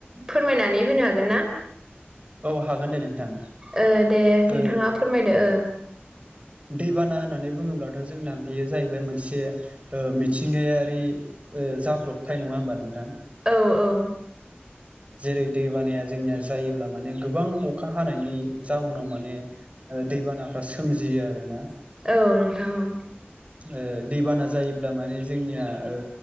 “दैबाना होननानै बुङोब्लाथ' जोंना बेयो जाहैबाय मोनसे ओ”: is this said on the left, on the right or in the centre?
Right